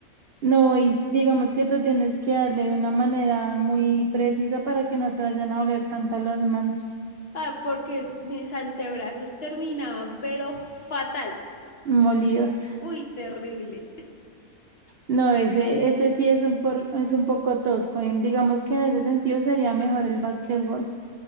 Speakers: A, on the right; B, on the left.
A: No, y digamos que tú tienes que darle de una manera muy precisa para que no te vayan a oler tanto las manos
B: ah, porque mis antebrazos terminaban, pero fatal,
A: molidas.
B: uy, terrible.
A: No, ese, ese sí es un, por- es un poco tosco. y digamos que en ese sentido sería mejor el básquetbol.